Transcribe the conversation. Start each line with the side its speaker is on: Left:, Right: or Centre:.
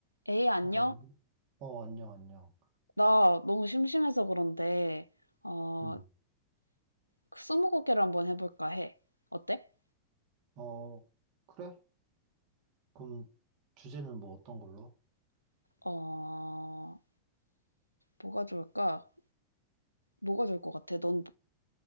Left: 에이, 안녕?
Right: 어, 야, 우리, 어, 안녕, 안녕.
Left: 나 너무 심심해서 그런데, 어,
Right: 음,
Left: 그 스무고개를 한번 해볼까 해. 어때?
Right: 어, 그래? 그럼 주제는 뭐 어떤 걸로?
Left: 어, 뭐가 좋을까? 뭐가 좋을 것 같아? 넌,